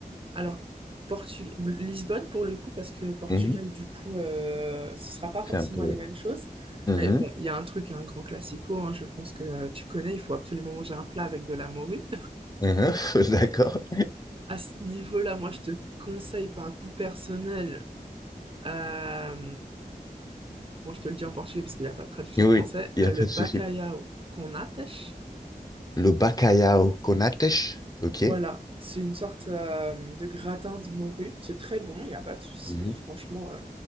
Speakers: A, on the right; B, on the left.
A: Alors, Portu- Lisbonne pour le coup, parce que Portugal,
B: Mhm.
A: du coup, euh, ce sera pas
B: C'est
A: forcément
B: un peu.
A: les mêmes choses.
B: Mhm.
A: Mais bon, il y a un truc, un grand classico, hein, je pense que euh, tu connais, il faut absolument manger un plat avec de la morue.
B: Mhm. <laughs> D'accord.
A: À ce niveau-là, moi, je te conseille par goût personnel, euh, bon, je te le dis en portugais parce qu'il n'y a pas de traduction
B: Oui,
A: en français,
B: il n'y
A: euh,
B: a pas
A: le
B: de
A: bacalhau
B: souci.
A: com natas.
B: Le bacalhau con natas, ok?
A: Voilà, c'est une sorte euh, de gratin de morue. C'est très bon, il n'y a pas de souci.
B: Mhm.
A: Franchement, euh,